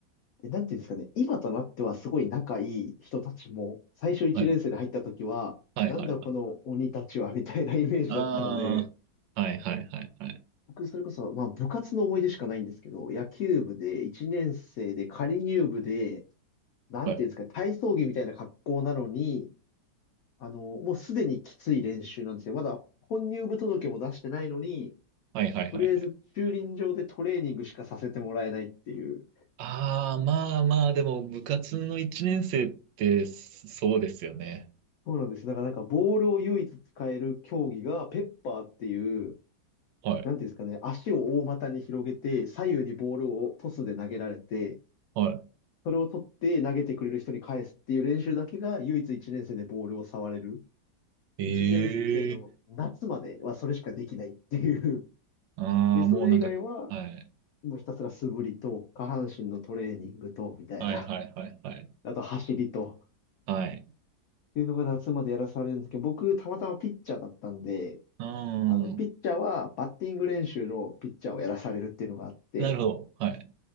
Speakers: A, on the left (about 85°); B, on the right (about 75°).
A: で、なんていうんですかね、今となってはすごい仲いい人たちも、最初1年生で入った時は、
B: はい。はいはいはい。
A: なんだこの鬼たちはみたいな <laughs> イメージだったので、
B: あー。はいはいはいはい。
A: 僕それこそ、まあ部活の思い出しかないんですけど、野球部で1年生で仮入部で、なんていうんですか、
B: はい。
A: 体操着みたいな格好なのに、あの、もうすでにきつい練習なんですよ。まだ本入部届も出してないのに、
B: はいはいはいはい。
A: とりあえず駐輪場でトレーニングしかさせてもらえないっていう。
B: あー、まあまあ、でも部活の1年生ってそうですよね。
A: そうなんです。だからなんかボールを唯一使える競技がペッパーっていう、
B: はい。
A: なんていうんですかね、足を大股に広げて、左右にボールをトスで投げられて、
B: は
A: それを取って投げてくれる人に返すっていう練習だけが唯一1年生でボールを触れる。
B: い。
A: 1年生の夏まではそれしかできないっていう。
B: えああ、
A: で、それ以外は
B: もうなんか、はい。
A: もうひたすら素振りと、下半身のトレーニングと、みたいな。
B: はいはいはいはい。
A: <laughs> あと走りと、っ
B: はい。
A: ていうのが夏までやらされるんですけど、僕、たまたまピッチャーだったんで、
B: うー
A: あの、ピッチャーはバッティング練習のピッチャーをやらされるっていうのがあって、
B: ん。なるほど。はい。